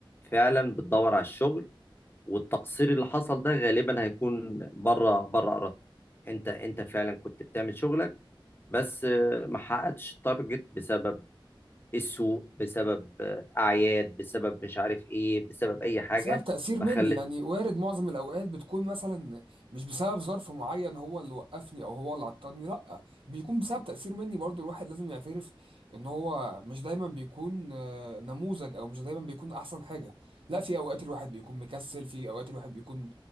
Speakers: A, on the left; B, on the right.
A: فعلا بتدور على الشغل والتقصير اللي حصل ده غالبا هيكون بره بره ارادتك انت انت فعلا كنت بتعمل شغلك بس آه، ما حققتش التارجت بسبب السوق بسبب آه، اعياد بسبب مش عارف ايه بسبب اي حاجه
B: بسبب تأثير
A: ما
B: مني
A: خلت
B: يعني وارد معظم الأوقات بتكون مثلا مش بسبب ظرف معين هو اللي وقفني أو هو اللي عطلني لأ بيكون بسبب تأثير مني برضو الواحد لازم يعترف إن هو مش دايما بيكون آه، نموذج أو مش دايما بيكون أحسن حاجة لأ في أوقات الواحد بيكون مكسل في أوقات الواحد بيكون